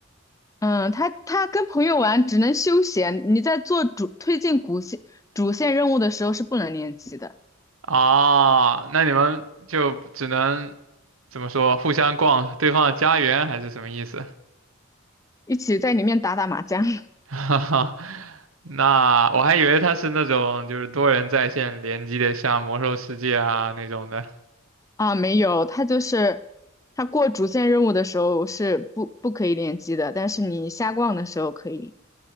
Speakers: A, on the left; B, on the right.
A: 嗯，他他跟朋友玩只能休闲，你在做主推进主线主线任务的时候是不能联机的，
B: 哦，那你们就只能怎么说，互相逛对方的家园还是什么意思？
A: 一起在里面打打麻将 <laughs>
B: <laughs> 哈哈，那我还以为它是那种就是多人在线联机的，像魔兽世界啊那种的
A: 啊，没有，他就是他过主线任务的时候是不不可以联机的，但是你瞎逛的时候可以，